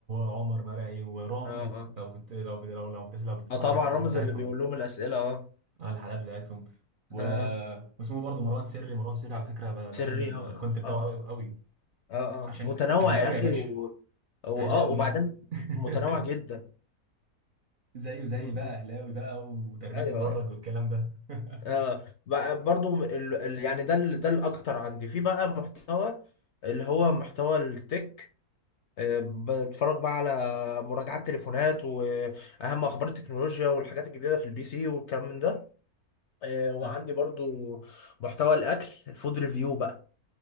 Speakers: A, on the right; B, on the left.
A: وعمر مرعي ورامز
B: اه اه
A: لو بت... لو بت... لو لو بت... لو بتتفرج
B: اه طبعا
A: على الحلقات
B: رمز
A: بتاعتهم
B: اللي بيقول لهم الاسئله اه
A: على الحلقات بتاعتهم و...
B: اه
A: واسمه برضه مروان سري مروان سري على فكره ب- بحب
B: سري
A: الكونت
B: اخ
A: بتاعه
B: اخ
A: قوي قوي
B: اه اه
A: عشان
B: متنوع
A: اهلاوي
B: يا اخي
A: يا باشا
B: و... واه
A: اهلاوي
B: وبعدين
A: <laughs>
B: متنوع جدا
A: زيه زي
B: م-
A: بقى
B: م.
A: اهلاوي بقى وتربيه
B: ايوه
A: مدرج والكلام ده <laughs>
B: آه بقى برضو م- ال... ال- يعني ده ال... ده الاكتر عندي في بقى محتوى اللي هو محتوى التك آه بتفرج بقى على مراجعات تليفونات واهم اخبار التكنولوجيا والحاجات الجديده في البي سي والكلام من ده آه وعندي
A: انا
B: برضو محتوى الاكل الفود ريفيو بقى